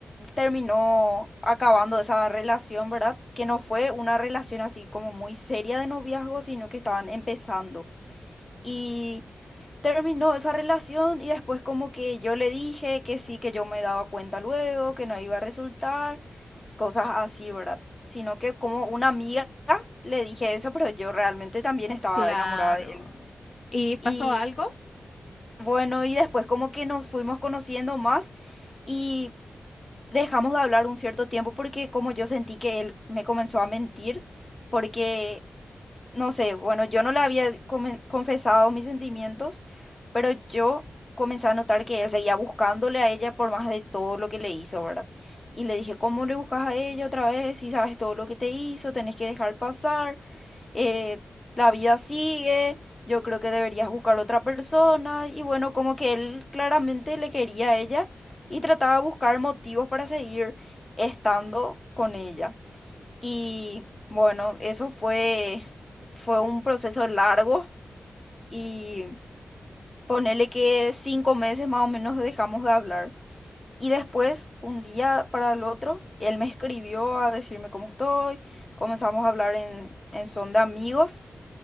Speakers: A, on the left (about 30°); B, on the left (about 60°).
A: terminó acabando esa relación, ¿verdad? Que no fue una relación así como muy seria de noviazgo, sino que estaban empezando y terminó esa relación y después como que yo le dije que sí, que yo me daba cuenta luego, que no iba a resultar, cosas así, ¿verdad? Sino que como una amiga le dije eso, pero yo realmente también estaba
B: Claro.
A: enamorada de él.
B: ¿Y pasó
A: Y
B: algo?
A: bueno, y después como que nos fuimos conociendo más y dejamos de hablar un cierto tiempo porque como yo sentí que él me comenzó a mentir, porque no sé, bueno, yo no le había comen- confesado mis sentimientos, pero yo comencé a notar que él seguía buscándole a ella por más de todo lo que le hizo, ¿verdad? Y le dije, ¿cómo le buscas a ella otra vez? Si sabes todo lo que te hizo, tenés que dejar pasar, eh, la vida sigue, yo creo que deberías buscar otra persona. Y bueno, como que él claramente le quería a ella y trataba de buscar motivos para seguir estando con ella. Y bueno, eso fue, fue un proceso largo y ponele que cinco meses más o menos dejamos de hablar. Y después, un día para el otro, él me escribió a decirme cómo estoy, comenzamos a hablar en, en son de amigos